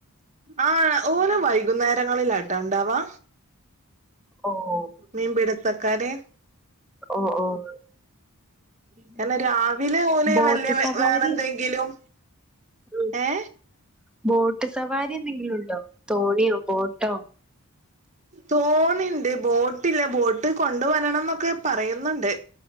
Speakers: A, on the right; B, in the centre.
A: ആഹ് ഓല് വൈകുന്നേരങ്ങളിലാട്ടാ ഇണ്ടാവാ
B: ഓഹ്
A: മീൻ പിടുത്തക്കാര്
B: ഓ ഓഹ്
A: ഇങ്ങനെ രാവിലെ ഓലെ
B: ബോട്ട്
A: വല്യ
B: സവാരി
A: വേറെ എന്തെങ്കിലും
B: ഉം,
A: ഏ എ
B: ബോട്ട് സവാരി എന്തെങ്കിലും ഉണ്ടോ തോണിയോ ബോട്ടോ
A: തോണിണ്ട് ബോട്ട്ഇല്ല ബോട്ട് കൊണ്ട് വരണംന്നൊക്കെ പറയുന്നുണ്ട്